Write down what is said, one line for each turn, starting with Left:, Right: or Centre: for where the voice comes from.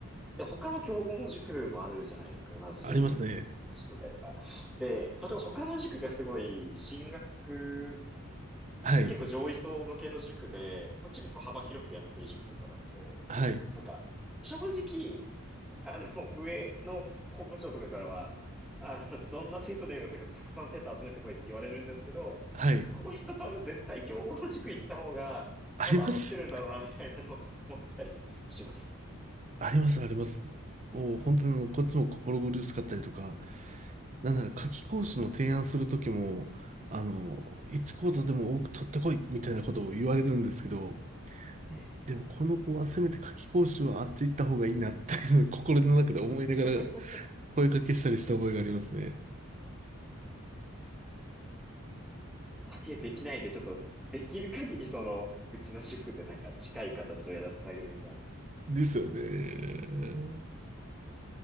Centre: で、他の競合の塾もあるじゃないですか、同じ
Right: ありますね。
Centre: 年とかいうか。で、例えば他の塾がすごい進学、
Right: はい。
Centre: 結構上位層向けの塾で、こっち結構幅広くやってる塾とかだと、
Right: はい。
Centre: なんか、正直、あの、上の校務長とかからは、あの、どんな生徒でもいいよとにかくたくさん生徒集めてこいって言われるんですけど、
Right: はい。
Centre: でもこの人多分絶対競合の塾行った方が、
Right: あります。
Centre: 多分合ってるんだろうな、みたいなのを思ったりしますね。
Right: あります、あります。お、本当にあのこっちも心苦しかったりとか、なんなら夏期講師の提案するときも、あの、1講座でも多く取ってこい、みたいなことを言われるんですけど、
Centre: え
Right: でもこの子はせめて夏期講習はあっち行った方がいいなっていうのを <laughs> 心の中で思いながら
Centre: え
Right: 声かけしたりした覚えがありますね。
Centre: あ、いえ、できないんで、ちょっと、できる限りその、うちの塾でなんか近い形をやらせてあげるみたいなので。
Right: ですよね。